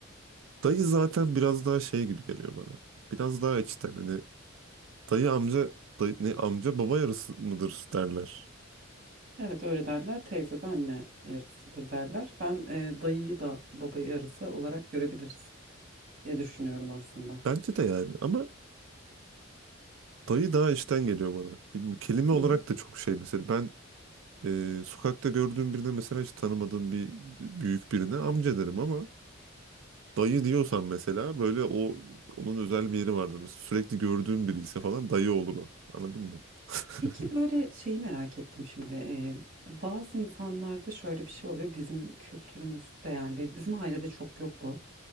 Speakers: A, on the right; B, on the right.
A: dayı zaten biraz daha şey gibi geliyor bana. Biraz daha içten. Hani Dayı amca dayı, ne, amca baba yarısı mıdır derler.
B: Evet öyle derler. Teyze de anne yarısıdır derler. Ben e, dayıyı da baba yarısı olarak görebiliriz. diye düşünüyorum aslında.
A: Bence de yani ama dayı daha işten geliyor bana. Bilmiyorum, kelime olarak
B: Hı hı.
A: da çok şey mesela ben e, sokakta gördüğüm birine mesela hiç tanımadığım bir büyük birine amca derim ama dayı diyorsan mesela böyle o onun özel bir yeri vardır. Mesela sürekli gördüğüm biri ise falan dayı olur o. Anladın mı? <laughs>
B: Peki böyle şeyi merak ettim şimdi. Ee, bazı insanlarda şöyle bir şey oluyor. Bizim kültürümüzde yani bi- bizim ailede çok yok bu.